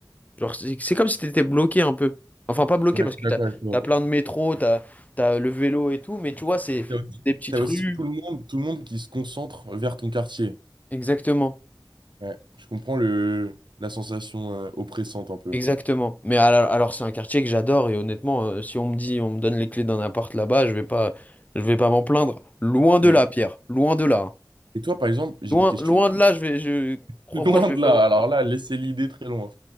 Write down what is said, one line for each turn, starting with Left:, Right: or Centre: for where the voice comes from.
Left: genre, c'est c'est comme si t'étais bloqué un peu. Enfin, pas bloqué
Right: Ouais,
Left: parce
Right: je suis
Left: que
Right: d'accord
Left: t'as,
Right: avec toi.
Left: t'as plein de métro, t'as, t'as le vélo et tout, mais tu vois, c'est
Right: T'as aussi,
Left: des petites
Right: t'as aussi
Left: rues.
Right: tout le monde, tout le monde qui se concentre vers ton quartier.
Left: Exactement.
Right: Ouais, je comprends le, la sensation euh, oppressante un peu.
Left: Exactement. Mais al- alors, c'est un quartier que j'adore et honnêtement, euh, si on me dit, on me donne les clés d'un appart là-bas, je vais pas, je vais pas m'en plaindre. Loin de
Right: Mm.
Left: là, Pierre. Loin de là. hein.
Right: Et toi, par exemple, j'ai
Left: Loin,
Right: une question
Left: loin de là, je vais, je
Right: <laughs>
Left: crois-moi,
Right: loin
Left: je
Right: de
Left: vais pas.
Right: là.
Left: m'en-
Right: Alors là, laissez l'idée très loin.